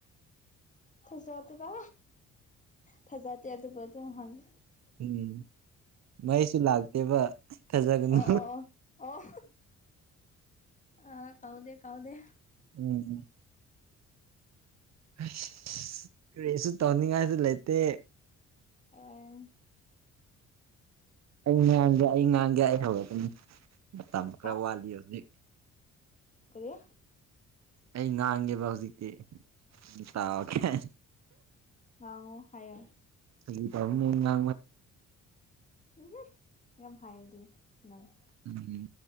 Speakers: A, on the left; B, on the right.
A: ꯊꯖ ꯇꯗ ꯊꯖꯥ ꯇꯌꯥ ꯑꯗꯨꯕ ꯑꯗꯨ ꯍꯅ
B: ꯎꯝ ꯃꯩꯁꯨ ꯂꯥꯛꯇꯦꯕ ꯐꯖꯒꯅꯤ
A: ꯑꯣ ꯑꯣ ꯑꯣ ꯑꯣ ꯑꯥ ꯀꯥꯎꯗꯦ ꯀꯥꯎꯗꯦ
B: ꯎꯝ ꯑ ꯀꯔꯤꯁꯨ ꯇꯧꯅꯤꯡꯉꯥꯏꯁꯨ ꯂꯩꯇꯦ
A: ꯑ
B: ꯑꯩ ꯉꯥꯡꯒꯦ ꯑꯩ ꯉꯥꯡꯒꯦ ꯑꯩ ꯍꯧꯔꯀꯅꯤ ꯃꯇꯝ ꯈꯔ
A: ꯍꯥ
B: ꯋꯥꯠꯂꯤ ꯍꯧꯖꯤꯛ
A: ꯀꯔꯤ
B: ꯑꯩ ꯉꯥꯡꯒꯦꯕ ꯍꯧꯖꯤꯛꯇꯤ ꯇꯥꯎꯔꯒꯦ
A: ꯉꯥꯡꯉꯣ ꯍꯥꯏꯌꯣ
B: ꯐꯥꯒꯤ ꯇꯥꯑꯣꯕꯅꯤꯅꯥ
A: ꯎ ꯌꯥꯝ ꯍꯥꯏꯥꯏꯦꯗꯤ ꯅꯪ
B: ꯎꯝ